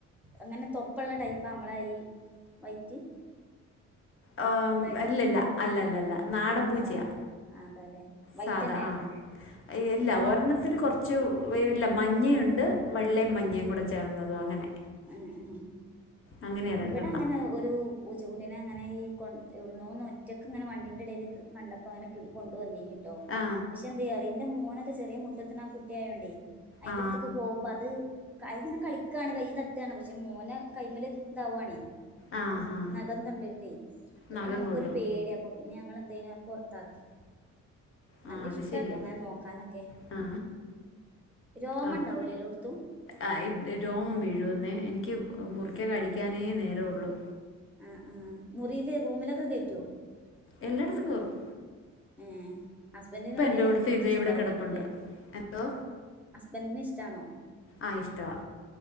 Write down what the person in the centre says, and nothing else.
അങ്ങനെ തൊപ്പള്ള ടൈപ്പാ നമ്മളെ ഈ വൈറ്റ്
ഫുള്ളായിട്ട്
ആഹ്
സാധാ ആഹ് അതാല്ലേ വൈറ്റ്
തന്നെയാണോ
എ എ
ഇവടെ അങ്ങനെ ഒരു പൂച്ചക്കുട്ടിനെ അങ്ങനെ ഈ കൊ എവ്ട്ന്നോന്ന് ഒറ്റക്ക് ഇങ്ങനെ വണ്ടിന്റെ എടേല്ക്ക് കണ്ടപ്പ അങ്ങെന കൊണ്ടുവന്നിനി പക്ഷെ
എന്തയ്യറിയൊ ഇന്റെ മോനൊക്കെ ചെറിയ മുട്ട്ത്ത്ണ ആ കുട്ടി ആയൊണ്ടേ അഴിന്റെ
അട്ത്ത്ക്ക് പോവുമ്പ അത് അത് ഇങ്ങനെ കളിക്കാണ് കൈ തട്ടാണ് പക്ഷെ മോനെ കൈമല് ഇതാവ്വാണേ
മു
നഖ <unintelligible> ട്ടേ അപ്പൊ
നമുക്കൊരു
പേടിയ അപ്പ പിന്നെ ഞങ്ങള് എന്തയ്നാ പൊർത്താക്കി നല്ല
ഇഷ്ടാട്ടോ
അങ്ങനെ നോക്കാനൊക്കെ
രോമം
ഇണ്ടാവൂലെ എല്ലോട്ത്തും
ഉം
ആ ആ മുറീല് റൂമിലൊക്കെ കേറ്റോ
ഏ ഹസ്ബൻഡ്ന് വല്ല്യ
ഇഷ്ടം
ഇണ്ടാവയ്ക്കു
ലെ
ഹസ്ബെന്റ് ന് ഇഷ്ടാണോ